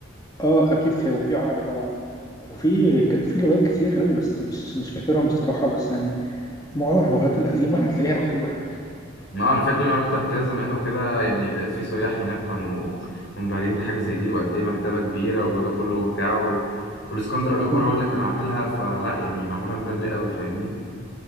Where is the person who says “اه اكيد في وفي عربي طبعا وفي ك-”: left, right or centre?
Left